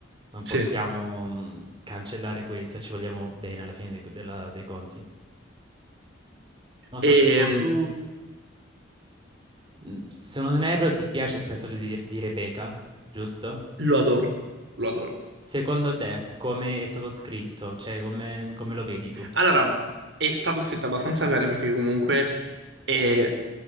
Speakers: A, on the right; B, on the right.
A: Non
B: Sì.
A: possiamo mh, cancellare questo, ci vogliamo bene alla fine dei, della- dei conti. Non so,
B: E
A: tipo tu, mh, se non erro, ti piace il personaggio di, di Rebecca, giusto?
B: lo adoro, lo adoro.
A: Secondo te, come è stato scritto? Cioè, come, come lo vedi tu?
B: Allora, è stato scritto abbastanza bene perché comunque è